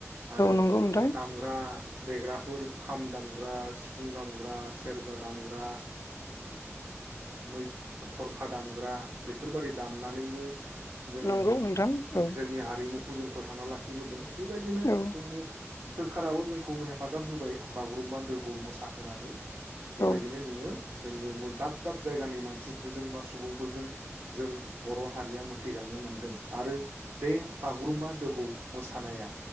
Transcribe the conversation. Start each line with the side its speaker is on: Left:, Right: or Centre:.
Right: आरो
Left: नंगौ नोंथां
Right: दामग्रा देग्राफोर खाम दामग्रा सिफुं दामग्रा सेरजा दामग्रा मै थर खा दामग्रा बेफोरबायदि दामनानैबो जों
Left: नंगौ नोंथां औ
Right: जोंनि हारिमुखौ जों फोथांना लाखिबोदों बेबायदिनो
Left: औ
Right: जोंनि सोरखाराबो जोंखौ हेफाजाब होबाय बागुरुम्बा दोहौ मोसाहोनानै बेबायदिनो
Left: औ
Right: जोङो जोंनि दाब दाब जायगानि मानसिफोरजों बा सुबुंफोरजों जों बर' हारिया मोन मोनथिजानो मोनदों आरो बे बागुरुम्बा दोहौ मोसानाया